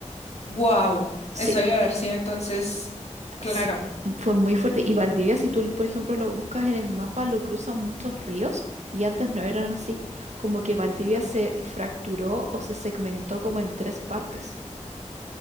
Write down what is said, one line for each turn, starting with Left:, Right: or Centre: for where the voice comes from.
Left: Wow,
Right: Sí,
Left: eso debe haber sido entonces, claro.
Right: sí, fue muy fuerte. Y Valdivia, si tú, por ejemplo, lo buscas en el mapa, lo cruzan muchos ríos y antes no eran así, como que Valdivia se fracturó o se segmentó como en tres partes